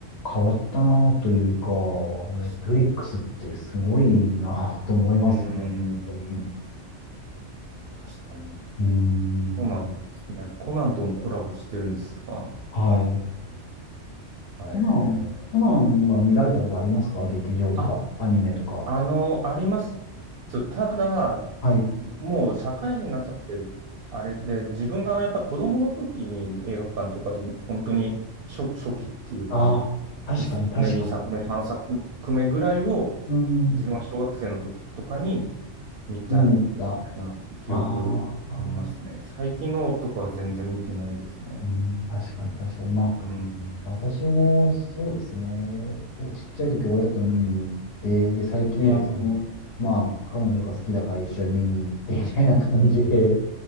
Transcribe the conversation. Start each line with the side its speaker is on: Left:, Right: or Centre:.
Left: 変わったなというか、
Right: 確かに。
Left: ネットフリックスってすごいなと思いますね。
Right: うーん。
Left: 本当に。う
Right: 確かに。
Left: ーん。
Right: そうなんですね。コナンともコラボしてるんですか。
Left: はい。
Right: え
Left: コナン、
Right: え。
Left: コナンは見られたことありますか劇場とか、
Right: あ、
Left: アニメとか。
Right: あの、あります。ただ、
Left: はい。
Right: もう社会人になっちゃって、あれで、自分がやっぱり子供の時に映画館とかで、本当に初、初期っていうか、
Left: ああー、
Right: 1作目、
Left: 確かに、確かに。
Right: 2作目、3作目ぐらいを、
Left: うん、
Right: 自分が小学生の時とかに見たみたいな記憶ありますね。
Left: 見に行った。あーあ
Right: 最近のとかは全然見てないですね。
Left: ー、うん、確かに、確かに。まあ、
Right: うん。
Left: 私もそうですね。おちっちゃい時親と見に行って、で、最近はその、
Right: ええ、ええ。
Left: まあ、彼女が好きだから一緒に見に行って、みたいな感じで、
Right: うん。